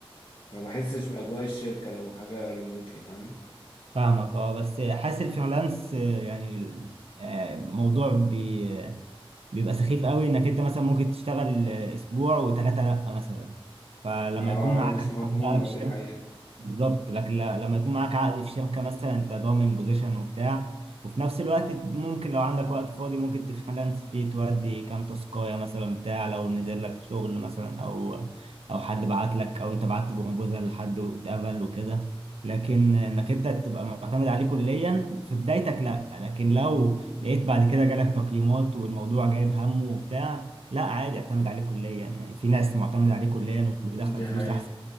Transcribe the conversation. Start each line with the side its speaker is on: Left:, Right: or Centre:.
Left: ما بحسش باجواء الشركه لو حاجه ريموتلي فاهم
Right: فاهمك اه بس حاسس الفريلانس آه، يعني ال- آه، موضوع بي بيبقى سخيف قوي انك انت مثلا ممكن تشتغل آه، اسبوع وثلاثة لا مثلا فلما
Left: اه
Right: يكون معاك
Left: هي مش مضمونة
Right: عدد بقى في الشركة
Left: دي حقيقة
Right: بالظبط لكن ل- لما يكون معاك عقد في شركة مثلا انت ضامن بوزيشن وبتاع وفي نفس الوقت ممكن لو عندك وقت فاضي ممكن تفريلانس فيه تودي كام تاسكاية مثلا بتاع لو نزل لك شغل مثلا او او حد بعت لك او انت بعت بروبوزال لحد واتقبل وكده لكن انك انت تبقى معتمد عليه كليا في بدايتك لا لكن لو لقيت بعد كده جالك تقييمات والموضوع جايب همه وبتاع لا عادي اعتمد عليه كليا يعني في ناس معتمد عليه كليا وبيدخل
Left: دي
Right: فلوس
Left: حقيقة
Right: احسن